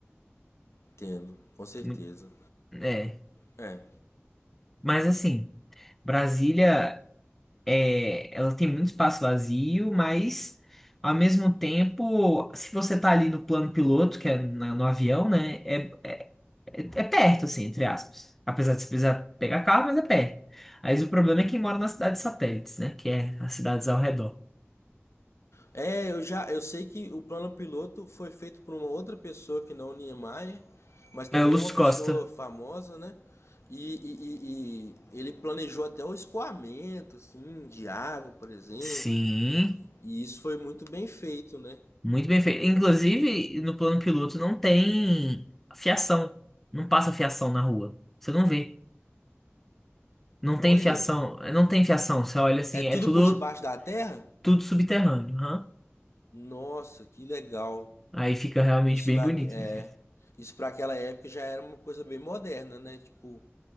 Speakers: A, on the left (about 80°); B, in the centre.
A: Entendo, com certeza.
B: Mu- É,
A: É.
B: mas assim. Brasília é, ela tem muito espaço vazio, mas ao mesmo tempo, se você tá ali no plano piloto, que é na- no avião, né? É, é, é é perto, assim, entre aspas. Apesar de você precisar pegar carro, mas é perto. Aí o problema é quem mora nas cidades satélites, né? Que é as cidades ao redor.
A: É, eu já, eu sei que o plano piloto foi feito por uma outra pessoa que não o Niemeyer, mas também
B: É o Lúcio
A: uma
B: Costa.
A: pessoa famosa, né? E, e- e- e ele planejou até o escoamento, assim, de água, por exemplo.
B: Sim,
A: E isso foi muito bem feito, né?
B: muito bem feito. Inclusive, no plano piloto não tem fiação. Não passa fiação na rua. Você não vê. Não tem
A: Olha,
B: fiação, não tem fiação. Você olha assim,
A: é tudo
B: é tudo
A: por debaixo da terra?
B: Tudo subterrâneo, aham.
A: Nossa, que legal.
B: Aí fica realmente
A: Isso
B: bem
A: na
B: bonito,
A: é,
B: assim.
A: isso para aquela época já era uma coisa bem moderna, né? Tipo,